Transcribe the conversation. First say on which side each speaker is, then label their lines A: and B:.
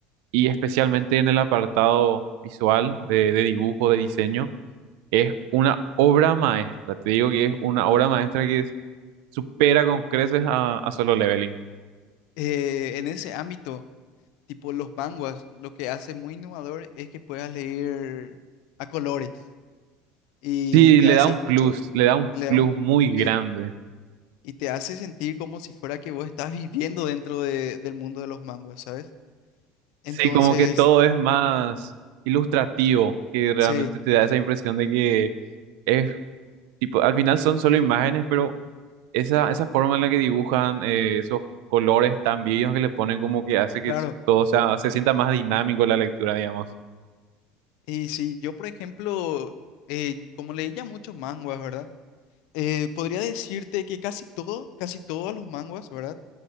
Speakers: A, on the right (about 75°); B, on the left (about 70°).
A: y especialmente en el apartado visual de, de dibujo, de diseño, es una obra maestra, te digo que es una obra maestra que supera con creces a, a Solo Leveling.
B: Eh, en ese ámbito, tipo los manguas, lo que hace muy innovador es que puedas leer a colores y
A: Sí,
B: te
A: le
B: hace
A: da un
B: Sí,
A: plus,
B: mucho,
A: le da un
B: le da
A: plus
B: un,
A: muy grande.
B: sí, y te hace sentir como si fuera que vos estás viviendo dentro de- del mundo de los manguas, ¿sabes?
A: Sí,
B: Entonces,
A: como que todo es más ilustrativo, que realmente
B: sí,
A: te da esa impresión de que es Tipo, al final son solo imágenes, pero esa, esa forma en la que dibujan eh, esos colores tan vivos que le ponen como que hace que
B: claro.
A: s- todo sea, se sienta más dinámico la lectura, digamos.
B: Y si yo, por ejemplo, eh, como leía muchos manguas, ¿verdad? Eh, podría decirte que casi todo, casi todos los manguas, ¿verdad?